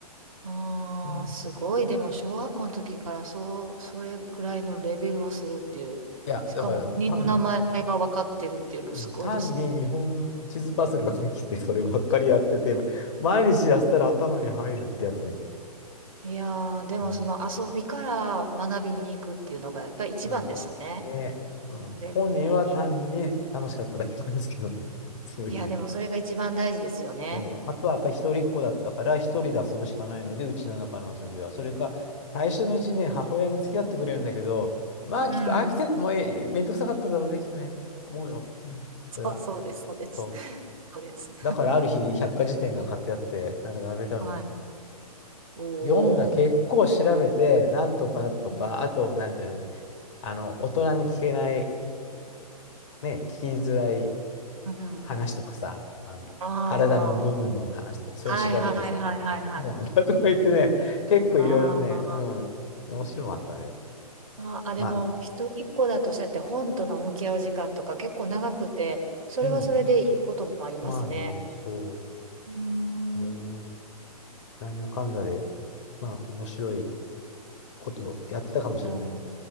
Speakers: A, on the right; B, on the left.
A: あー、
B: うん、
A: すごい。でも、小学校の時からそう、それぐらいのレベルをするっていう。
B: いや、
A: しかも、
B: だから単、
A: 国の名前が分かってるっていうのはすごいですね。
B: うん単に日本地図パズルができて、そればっかりやってて、毎日やったら頭に入るってやつで。
A: いやー、でも、
B: うん
A: その遊びから学びに行くっていうのが、やっぱり一番ですね。
B: うんね、うん、
A: 絶対に。
B: 本人は単に楽しかっただけなんですけどね。<laughs> そういう。
A: いや、でも、それが一番大事ですよね。
B: そう。あとはやっぱり一人っ子だったから、一人で遊ぶしかないので、うちの中の遊びは。それか、最初のうちね、母親も付き合ってくれるんだけど、まあ、
A: うん。
B: きっと飽きて、もうええめんどくさかっただろうね、きっとね。思うよ。うん。それは。
A: そう、そうです、そうです。
B: そ
A: そうです。
B: う。だから、ある日、百科事典が買ってあって、なんか並べたのね。
A: はい。お
B: 読んだ、結構調べて、
A: ー。
B: なんとかとか、
A: うん。
B: あと、なんていうの、あの、大人に聞けない、ね、聞きづらい
A: うん
B: 話とかさ、あの、
A: ああ、
B: 体の部分の話とか、そういうの調べてさ、
A: はいはいはいはいはい。
B: あ、こうなんだ <laughs> とか言ってね、結構いろいろね、
A: あ
B: うん、面白かったね。
A: あ、あ、でも一人っ子だとそうやって本との向き合う時間とか結構長くて、
B: まあ、
A: それはそれでいいこともありますね。
B: うん、まあね、そ
A: うーん。
B: うね、なんやかんだで、まあ、面白いことをやってたかもしれない。
A: いや、